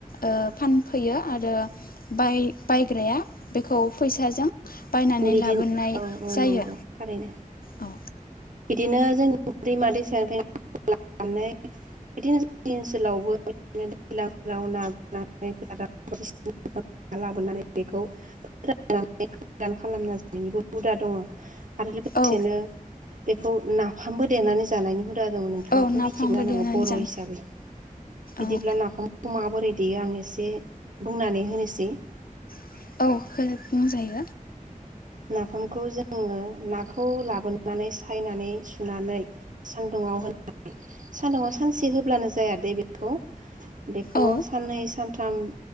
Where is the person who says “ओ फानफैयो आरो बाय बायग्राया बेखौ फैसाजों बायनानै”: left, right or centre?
Left